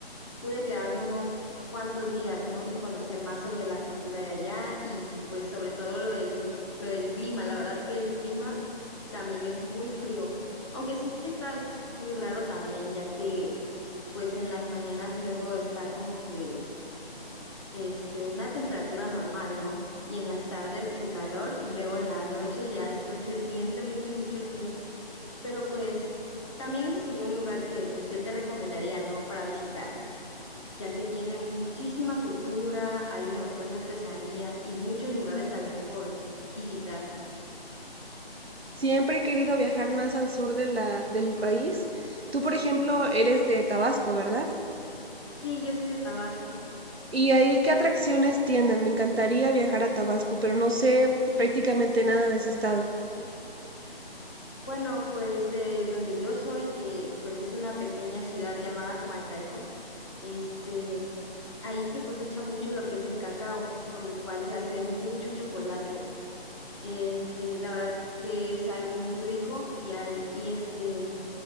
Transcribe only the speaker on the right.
Siempre he querido viajar más al sur de la, del país. Tú, por ejemplo, eres de Tabasco, ¿verdad?
¿Y ahí qué atracciones tienen? Me encantaría viajar a Tabasco, pero no sé prácticamente nada de ese estado.